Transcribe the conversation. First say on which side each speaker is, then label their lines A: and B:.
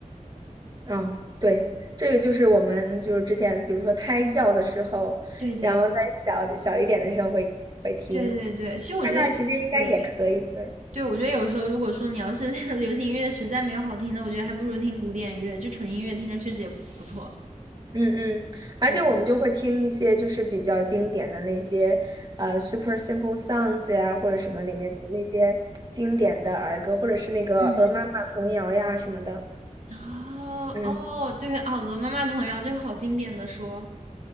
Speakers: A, on the right; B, on the right.
A: 啊，对，这个就是我们就是之前比如说胎教的时候，
B: 对对
A: 然后在小小一点的时候会会听，
B: 对对对，其实我觉得对
A: 现在其实应该也可以，对。
B: 对，我觉得有时候如果说你要是 <laughs> 流行音乐实在没有好听的，我觉得还不如听古典乐，就纯音乐听着确实也不不错。
A: 嗯嗯，而且我们就会听一些就是比较经典的那些呃
B: 对，
A: Super Simple Songs 呀，或者什么里面的那些经典的儿歌，或者是那个《鹅妈妈童谣》呀什么的。
B: 嗯，哦哦，
A: 嗯，
B: 对哦，鹅妈妈童谣这个好经典的说，